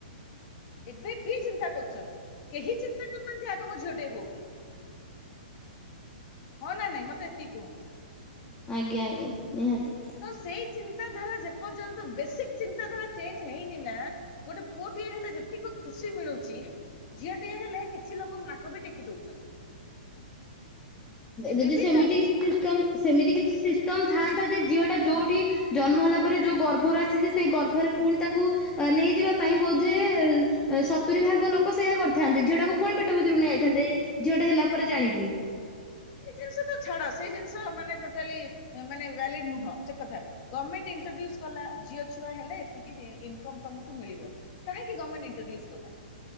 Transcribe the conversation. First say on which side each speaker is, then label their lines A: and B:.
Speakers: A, on the left (about 40°); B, on the left (about 15°).
A: ଏବେ ବି ଚିନ୍ତା କରୁଛନ୍ତି। କେହି ଚିନ୍ତା କରୁନାହାନ୍ତି ଆଗ ମ ଝିଅ ଟେ ହଉ ବୋଲି। ହଁ ନା ନାହିଁ ମତେ ଏତିକି କୁହ।
B: ଆଜ୍ଞା ଆଜ୍ଞା ନିହାତି।
A: ତ ସେଇ ଚିନ୍ତାଧାରା ଯେପର୍ଯ୍ୟନ୍ତ ବିକ ଚିନ୍ତାଧାରା ଚେଞ୍ଜ ହେଇନି ନା ଗୋଟେ ପୁଅଟିଏ ହେଲେ ଯେତିକ ଖୁସି ମିଳୁଛି। ଝିଅଟିଏ ହେଲେ କିଛି ଲୋକ ନାକ ବି ଟେକି ଦଉଛନ୍ତି। ଏବେ
B: ଯଦି
A: ବି
B: ସେମିତି
A: ଚାଲିଛି
B: କିଛି ସିଷ୍ଟମ ସେମିତି କିଛି ସିଷ୍ଟମ ଥାଆନ୍ତା ଯେ ଝିଅ ଟା ଯୋଉଠି ଜନ୍ମ ହେଲା ପରେ ଯୋଉ ଗର୍ଭରୁ ଆସିଛି ସେଇ ଗର୍ଭରେ ପୁଣି ତାକୁ ଅ ନେଇଯିବା ପାଇଁ ବୋଧହୁେ ସତୁରି ଭାଗ ଲୋକ ସେୟା କରିଥାନ୍ତି। ଝିଅଟାକୁ ପୁଣି ପେଟ ଭିତରକୁ ନେଇଯାଇଥାନ୍ତେ। ଝିଅଟେ ହେଲା ପରେ ଜାଣିକି।
A: ସେଇ ଜିନିଷ ତ ଛାଡ ସେଇ ଜିନିଷ ମାନେ ଟୋଟାଲି ମାନେ ଭଲିଡ ନୁହଁ ସେ କଥା। ଗମେଣ୍ଟ ଇନ୍ତଦୁସ୍ କଲା ଝିଅ ଛୁଆ ହେଲେ ଏତିକି ଇନକମ୍ ତମକୁ ଏତିକି ମିଳବ। କାହିଁକି ଗଭର୍ମେଣ୍ଟ ଇନ୍ତ୍ରୋଡୁସ କଲା।